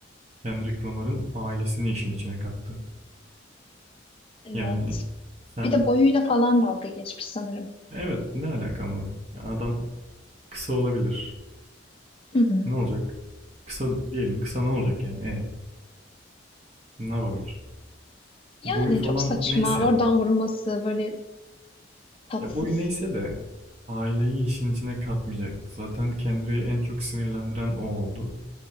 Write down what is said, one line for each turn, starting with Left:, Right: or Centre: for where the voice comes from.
Right: Kendrick Lamar'ın ailesini işin içine kattı.
Left: Evet.
Right: Yani sen
Left: Bir de boyuyla falan dalga geçmiş sanırım.
Right: evet ne alaka ama Ya adam kısa olabilir.
Left: Hı hı.
Right: Ne olacak? Kısa diyelim kısa ne olacak yani e ne yapabilir?
Left: Yani
Right: Boyu falan
Left: çok saçma.
Right: neyse
Left: Oradan vurması böyle tatsız.
Right: Ya boyu neyse de aileyi işin içine katmayacaktı. Zaten Kendrick'i en çok sinirlendiren o oldu.